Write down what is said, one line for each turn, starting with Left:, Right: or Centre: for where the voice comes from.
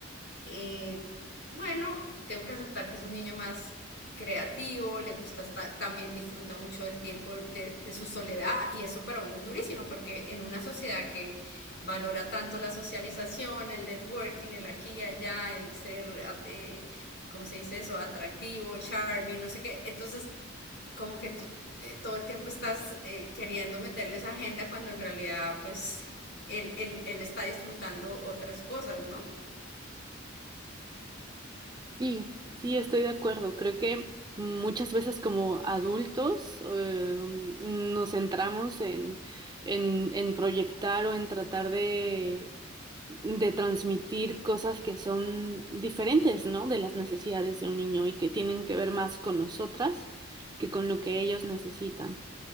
Left: eh, bueno, tengo que aceptar que es un niño más creativo, le gusta estar, también disfruta mucho del tiempo de, de, su soledad y eso para uno es durísimo porque en una sociedad que valora tanto la socialización, el networking, el aquí y allá, el ser, eh, ¿cómo se dice eso? Atractivo, charming, no sé qué, entonces como que tú eh, todo el tiempo estás eh, queriendo meterle esa agenda cuando en realidad pues él, él, él está disfrutando otras cosas, ¿no?
Right: Sí, sí, estoy de acuerdo. Creo que muchas veces como adultos eh, nos centramos en, en, en proyectar o en tratar de, de transmitir cosas que son diferentes, ¿no? De las necesidades de un niño y que tienen que ver más con nosotras que con lo que ellos necesitan.